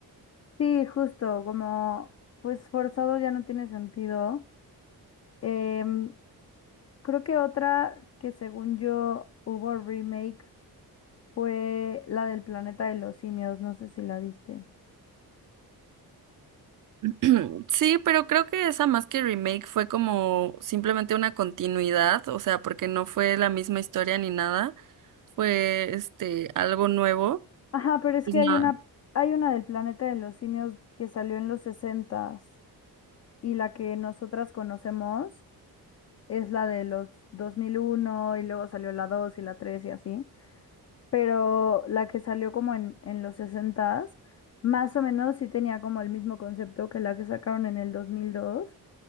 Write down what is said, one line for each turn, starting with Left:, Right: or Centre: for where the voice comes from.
Left: Sí, justo, como pues forzado ya no tiene sentido. Em, creo que otra que según yo hubo remake fue la del Planeta de los Simios, no sé si la viste.
Right: <clears throat> Sí, pero creo que esa más que remake fue como simplemente una continuidad, o sea, porque no fue la misma historia ni nada, fue este algo nuevo.
Left: Ajá, pero es
Right: No.
Left: que hay una, hay una del planeta de los simios que salió en los sesentas y la que nosotras conocemos es la de los 2001 y luego salió la 2 y la 3 y así, pero la que salió como en, en los sesentas más o menos sí tenía como el mismo concepto que la que sacaron en el 2002